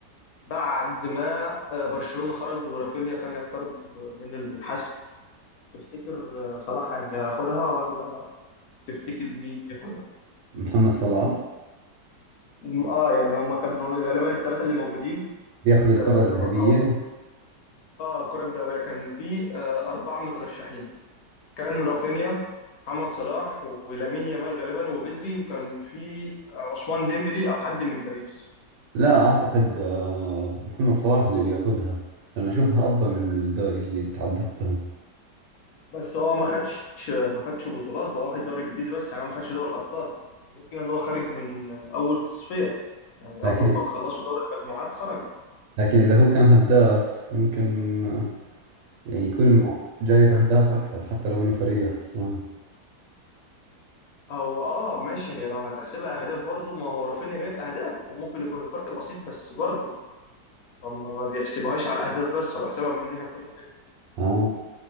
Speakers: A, on the left (about 65°); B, on the right (about 80°).
A: بعد ما آه، برشلونة خرج ورافينيا كان يقترب من الحسم تفتكر آه، صلاح هياخدها ولا تفتكر مين ياخدها
B: محمد صلاح
A: م- اه يعني هما كانوا غالبا الثلاثة اللي موجودين
B: بياخذ الكرة
A: آه
B: الذهبية
A: لكرة- او اه الكرة الذهبية كان في آه أربعة مترشحين كان رافينيا محمد صلاح ولامين يامال غالبا وبدري وكان في آه، عثمان ديمبلي او حد من باريس
B: لا أعتقد آه، محمد صلاح اللي بياخذها لأنه أشوفها أفضل من الدوري اللي أنت عددتهم
A: بس هو ما خدش ما خدش بطولات هو واخد دوري انجليزي بس يعني هو ما خدش دوري الابطال غير كده ان هو خارج من اول تصفيه يعني
B: لكن
A: اول ما خلصوا دوري المجموعات خرج
B: لكن إذا هو كان هداف ممكن آه، يعني يكون مع- جايب أهداف أكثر حتى لو إنه فريقه خسران
A: هو اه ماشي هي لو هتحسبها اهداف برضو ما هو رافينيا جايب اهداف وممكن يكون الفرق بسيط بس برضو هم ما بيحسبوهاش على الاهداف بس هو بيحسبها من ناحيه كل حاجه
B: آه